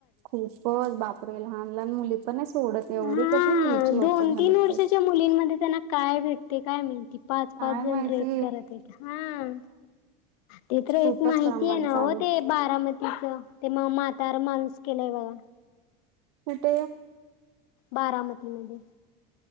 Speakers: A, on the right (about 70°); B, on the left (about 65°).
A: खूपच बापरे! लहान लहान मुली पण नाही सोडत. एवढी
B: हा
A: कशी निच लोक
B: दोन
A: झालीत.
B: तीन वर्षाच्या मुलींमध्ये त्यांना काय भेटते काय माहिती. पाच
A: काय
B: पाच जण
A: माहिती
B: रेप करत आहेत. हा. ते तर एक
A: खूपच
B: माहिती
A: प्रमाण
B: आहे ना
A: चालू
B: हो? ते बारामती - तिचं ते मग म्हातार माणूस केलाय बघ.
A: कुठ?
B: बारामतीमध्ये.